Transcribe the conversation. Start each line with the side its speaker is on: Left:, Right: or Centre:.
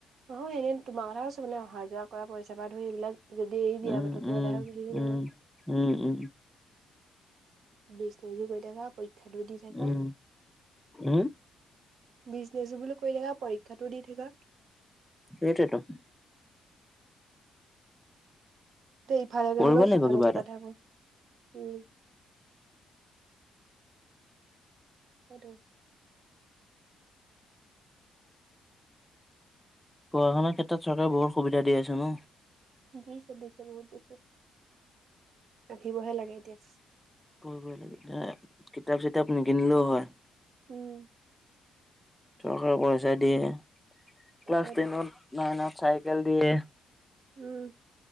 Right: নহয় এ তোমাৰ কথা কৈছো মানে অহা যোৱা কৰা পইচা পৰা ধৰি এইবিলাক যদি এই বিয়া
Centre: উম,
Right: পতা
Centre: উম,
Right: কেইটাহে সুধিম <unintelligible>
Centre: উম, উম, উম।
Right: বিজনেছো কৰি গৈ থাকা। পৰীক্ষাটো দি থাকা।
Centre: উম, উম,
Right: বিজনেছো বুলি কৰি থকা, পৰীক্ষাতো দি থকা।
Centre: সেইটোৱেটো।
Right: তে ইফালে যাবলে
Centre: কৰিব
Right: হলেও
Centre: লাগিব
Right: সিফালেকে
Centre: কিবা এটা।
Right: পাঠ কম উম <unintelligible> অ তো <inaudible>
Centre: পঢ়া- শুনা ক্ষেত্ৰত চৰকাৰে বহুত সুবিধা দি আছে ন!
Right: দিছে দিছে বহুত দিছে, পাবহে লাগে এতিয়া।
Centre: পঢ়িবই লাগে, এ কিতাপ চিতাপ কিনিলেও হয়।
Right: উম।
Centre: চৰকাৰে পইচা দিয়ে
Right: তাকেইতো।
Centre: ক্লাছ টেনত, নাইনত চাইকেল দিয়ে।
Right: উম।